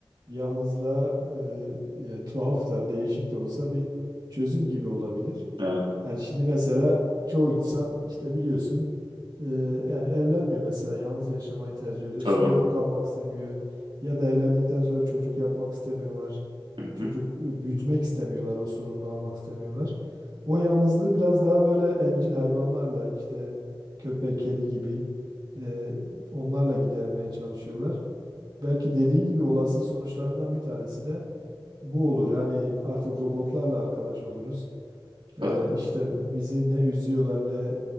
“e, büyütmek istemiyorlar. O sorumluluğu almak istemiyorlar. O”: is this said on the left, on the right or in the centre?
Right